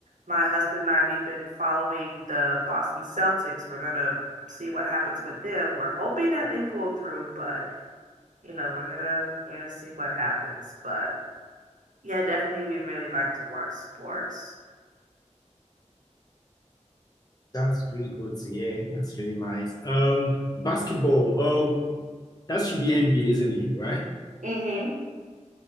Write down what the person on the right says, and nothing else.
My husband and I, we've been following the Boston Celtics. We're gonna see what happens with them. We're hoping that they pull through, but you know, we're gonna we're gonna see what happens. But yeah, definitely. We really like to watch sports.
Mm-hmm.